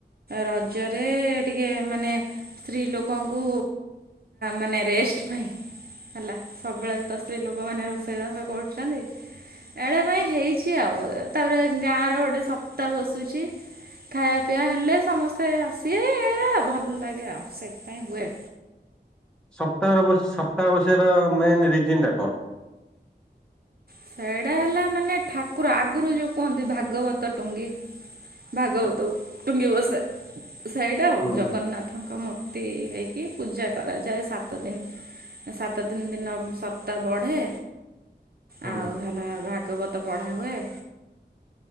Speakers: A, on the right (about 60°); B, in the centre.
A: ରଜରେ ଟିକେ ମାନେ ସ୍ତ୍ରୀ ଲୋକଙ୍କୁ ମାନେ ରେଷ୍ଟ ପାଇଁ ହେଲା ସବୁବେଳେ ତ ସ୍ତ୍ରୀ ଲୋକମାନେ ରୋଷେଇବାଷ କରୁଛନ୍ତି। ଏଡେ ପାଇଁ ହେଇଛି ଆଉ ତାପରେ ଗାଁ ର ଗୋଟେ ସପ୍ତା ବସୁଚି। ଖାଇବା ପିଇବା ହେଲେ ସମସ୍ତେ ଆସିବେ ଏଇ ଏଇରା ଭଲ ଲାଗେ ଆଉ ସେଇଥିପାଇଁ ହୁଏ।
B: ସପ୍ତାହରେ ସପ୍ତାହ ବସିଵା ଟା ମେନ ରିଜନ ଟା କଣ
A: ସେଡା ହେଲା ମାନେ ଠାକୁର ଆଗୁରୁ ଯୋଉ କୁହନ୍ତି ଭାଗବତ ଟୁଙ୍ଗୀ। ଭାଗବତକୁ
B: ଆଚ୍ଛା।
A: ଟୁଙ୍ଗି ବସାଏ ସେଇଟା ଆଉ
B: ହୁଁ
A: ଜଗନ୍ନାଥ ଙ୍କ ମୂର୍ତ୍ତି ହେଇକି ପୂଜା କରାଯାଏ ସାତ ଦିନ। ସାତ ଦିନ ଦିନ ସପ୍ତା ବଢେ।
B: ହୁଁ
A: ଆଉ ହେଲା ଭାଗବତ ପଢା ହୁଏ।